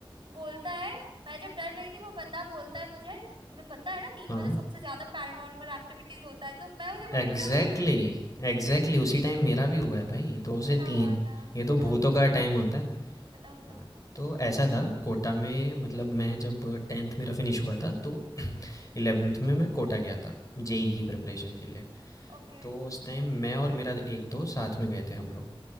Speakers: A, on the right; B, on the left.
A: बोलता है मैं जब डर रही थी वो बंदा बोलता है मुझे तुम्हें पता है ना तीन
B: हाँ
A: बजे सबसे ज्यादा पैरानॉर्मल एक्टिविटीज होता है तो मैं उसे बोली
B: एग्जैक्टली
A: चुप
B: एग्जैक्टली उसी टाइम मेरा भी हुआ है भाई दो से
A: क्या
B: तीन
A: हुआ था
B: ये तो
A: बताओ
B: भूतों
A: बताओ
B: का
A: बताओ
B: टाइम होता है
A: बताओ बताओ
B: हाँ, तो ऐसा था कोटा में मतलब मैं जब 10th मेरा फिनिश हुआ था तो
A: हम्म
B: 11th में मैं कोटा गया था जेई की प्रिपरेशन के लिए
A: ओके
B: तो उस टाइम मैं और मेरा एक दो साथ में गए थे हम लोग